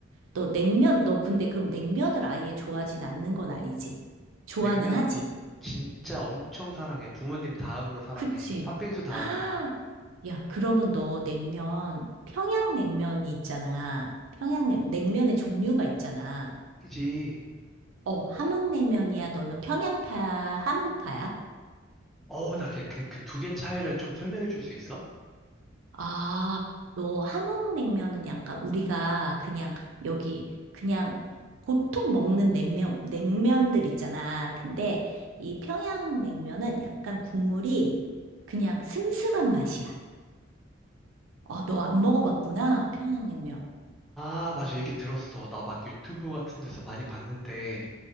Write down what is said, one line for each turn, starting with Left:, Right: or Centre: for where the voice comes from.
Right: 너 냉면 너 근데 그럼 냉면을 아예 좋아하진 않는 건 아니지? 좋아는
Centre: 냉면
Right: 하지.
Centre: 진짜 엄청 사랑해. 부모님 다음으로 사랑해.
Right: 그치?
Centre: 팥빙수 다음으로.
Right: <gasps> 야, 그러면 너 냉면 평양냉면이 있잖아. 평양냉 냉면의 종류가 있잖아.
Centre: 그지?
Right: 어, 함흥냉면이야. 너는 평양파야, 함흥파야?
Centre: 어, 나 그, 그 그 두 개 차이를 좀 설명해 줄 수 있어?
Right: 아, 너 함흥냉면은 약간 우리가 그냥 여기 그냥 보통 먹는 냉면, 냉면들 있잖아. 근데 이 평양냉면은 약간 국물이 그냥 슴슴한 맛이야. 어, 너 안 먹어봤구나. 평양냉면.
Centre: 아, 맞아. 얘기 들었어. 나 막 유튜브 같은 데서 많이 봤는데,